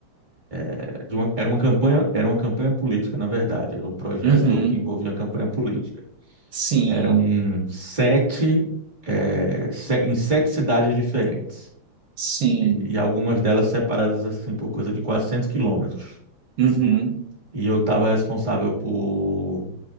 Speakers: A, on the right; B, on the right.
A: eh, de uma- era uma campanha, era uma campanha política, na verdade. Era um projeto
B: Uhum.
A: que envolvia uma campanha política.
B: Sim,
A: Eram sete, eh, se- em sete cidades diferentes.
B: sim.
A: E, e algumas delas separadas assim por coisa de 400 quilômetros.
B: Uhum.
A: E eu estava responsável por